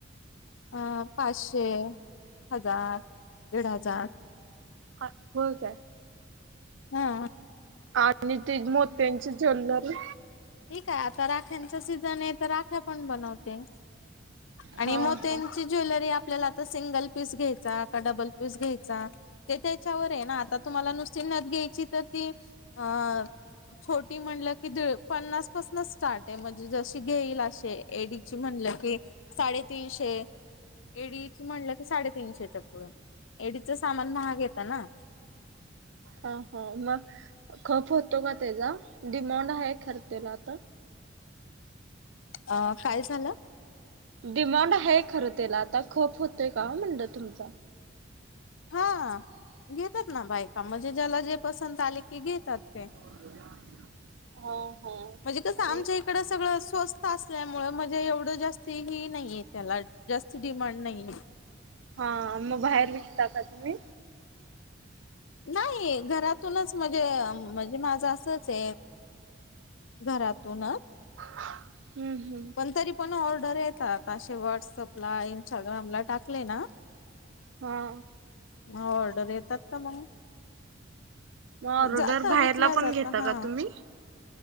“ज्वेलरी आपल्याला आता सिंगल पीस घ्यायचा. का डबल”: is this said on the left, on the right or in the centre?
Left